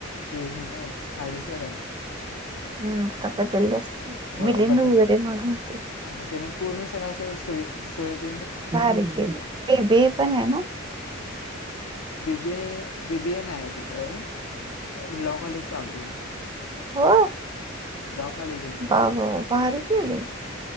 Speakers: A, on the left; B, on the right.
A: ते हे नाही आहेत खाडे सर आहेत.
B: हम्. आता बदलले असतील.
A: होय.
B: मिलिंद
A: बदलले.
B: वगैरे म्हणून होते
A: आणि त्यानी पूर्ण सगळ सोय सोयच-
B: भारी केली. बे बे पण आहे ना?
A: बी बी ए, बी बी ए न आहे तिथं लॉ कॉलेज चालू केलय.
B: हो?
A: कॉलेज आहे तिथं.
B: बा बो भारी केलय.